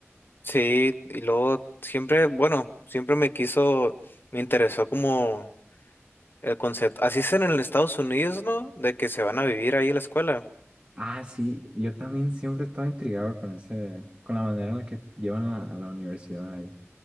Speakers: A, on the left (about 45°); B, on the right (about 30°).
A: sí, y luego siempre, bueno, siempre me quiso, me interesó como el concepto, así es en el Estados Unidos, ¿no? De que se van a vivir ahí a la escuela.
B: Ah, sí, yo también siempre estaba intrigado con ese, con la manera en la que llevan a la, a la universidad ahí.